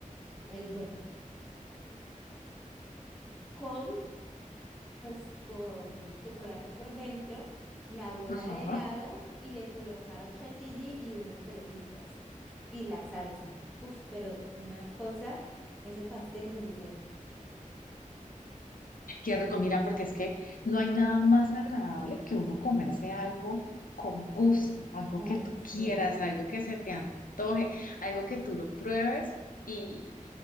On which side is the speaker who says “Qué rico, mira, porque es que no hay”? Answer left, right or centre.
Left